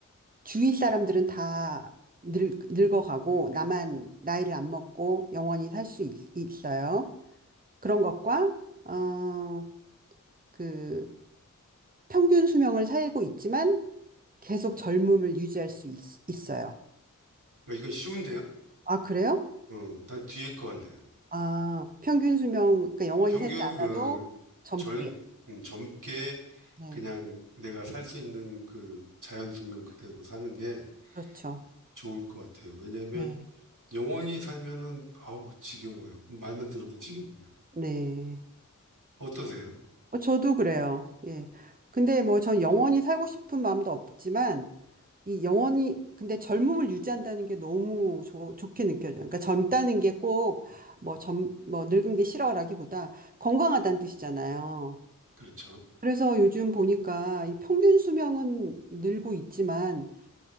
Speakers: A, on the right; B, on the right.
A: 주위 사람들은 다 늙, 늙어가고, 나만 나이를 안 먹고 영원히 살 수 있어요. 그런 것과, 어, 그 평균 수명을 살고 있지만 계속 젊음을 유지할 수 있, 있어요.
B: 어, 이거 쉬운데요?
A: 아, 그래요?
B: 어, 난 뒤에 거 할래요.
A: 아, 평균 수명, 그러니까 영원히
B: 평균,
A: 살지 않아도
B: 어,
A: 젊게.
B: 젊, 음, 젊게
A: 네,
B: 그냥 내가 살 수 있는 그 자연 수명 그대로 사는 게
A: 그렇죠.
B: 좋을 것 같아요. 왜냐하면
A: 네,
B: 영원히 살면은, 아우, 지겨워요. 말만 들어도 지겹네요.
A: 네.
B: 어떠세요?
A: 어, 저도 그래요. 예. 근데 뭐 전 영원히 살고 싶은 마음도 없지만 이 영원히 근데 젊음을 유지한다는 게 너무 좋 좋게 느껴져요. 그러니까 젊다는 게 꼭 뭐 젊 뭐 늙은 게 싫어라기보다 건강하다는 뜻이잖아요.
B: 그렇죠.
A: 그래서 요즘 보니까 이 평균 수명은 늘고 있지만